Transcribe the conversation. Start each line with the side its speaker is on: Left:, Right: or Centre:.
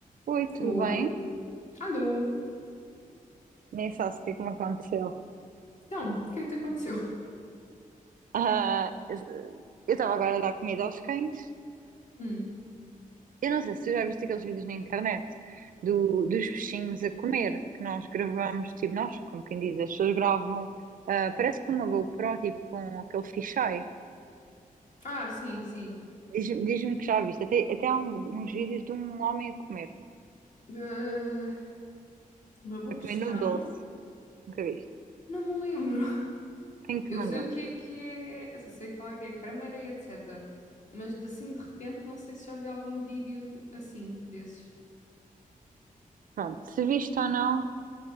Right: Oi, tudo
Left: Oi.
Right: bem?
Left: Alô.
Right: Nem sabes o que é que me aconteceu.
Left: Então, o que é que te aconteceu?
Right: Ah, eu eu estava agora a dar comida aos cães.
Left: Hum.
Right: Eu não sei se tu já viste aqueles vídeos na internet do- dos peixinhos a comer, que nós gravamos, tipo nós, como quem diz, as pessoas gravam, ah, parece com uma GoPro, tipo com aquele fisheye.
Left: Ah, sim, sim.
Right: Diz- Diz-me que já viste. Até, até há um- uns vídeos de um homem a comer,
Left: Ah, uma boa
Right: a
Left: questão.
Right: comer noodles. Nunca viste.
Left: Não me lembro. <laughs>
Right: Tenho-te
Left: Eu
Right: mandado.
Left: sei o que é que é, eu sei qual é que é a câmera e etc. Mas de assim de repente não sei se já vi algum vídeo assim desses.
Right: Pronto, se viste ou não,